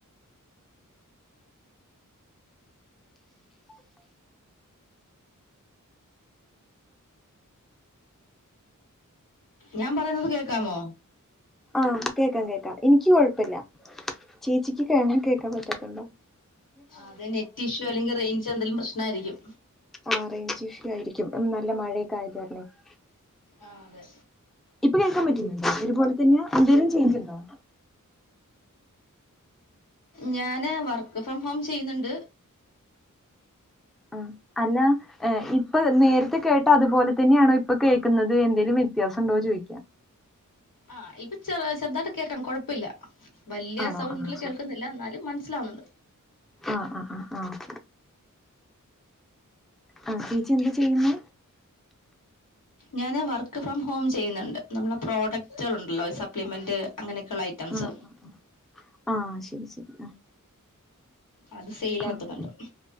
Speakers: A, on the left (about 80°); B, in the centre.
A: ഞാൻ പറയുന്നത് കേൾക്കാമോ
B: ആഹ് കേക്കാ കേക്കാ എനിക്ക് കൊഴപ്പില്ല ചേച്ചിക്ക് കേൾക്കാൻ പറ്റാത്തണ്ടോ
A: അത് നെറ്റിഷൂ അല്ലെങ്കിൽ റേഞ്ച് എന്തെങ്കിലും പ്രശ്ന ആയിരിക്കും
B: ആഹ് റേഞ്ച് ഇഷ്യൂ ആയിരിക്കും നല്ല മഴയൊക്കെ <unintelligible>
A: ആഹ് അതെ
B: ഇപ്പൊ കേൾക്കാൻ പറ്റുന്നണ്ടോ ഒരുപോലെ തന്നെ എന്തേലും ചെയ്ഞ്ച് ഉണ്ടോ
A: ഞാൻ വർക്ക് ഫ്രം ഹോം ചെയ്യുന്നുണ്ട്
B: ആഹ് അല്ല ഇപ്പ നേരത്തെ കേട്ട അതുപോലെ തന്നെയാണോ ഇപ്പൊ കേൾക്കുന്നത് എന്തേങ്കലും വ്യത്യാസം ഉണ്ടോന്ന് ചോദിക്കാ
A: ആഹ് ഇപ്പൊ ചെറ ചെറതായിട്ട് കേൾക്കാ കുഴപ്പല്ല. വലിയ
B: ആണോ
A: സൗണ്ടില്
B: ആഹ്
A: കേൾക്കുന്നില്ല എന്നാലും മനസ്സിലാവുന്നുണ്ട്.
B: ആഹ് ആഹ് ആഹ് ആഹ് ആഹ് ചേച്ചി എന്താ ചെയ്യുന്ന
A: ഞാന് വർക്ക് ഫ്രം ഹോം ചെയ്യുന്നുണ്ട് നമ്മള പ്രോഡക്റ്റുകൾ ഉണ്ടല്ലോ സപ്ലിമെന്റ് അങ്ങനെയൊക്കെയുള്ള ഐറ്റംസ്
B: ആഹ് ആഹ് ആഹ് ശരി ശരി ആഹ്
A: അത് ഫെയിലാത്തുന്നുണ്ട്
B: ആഹ്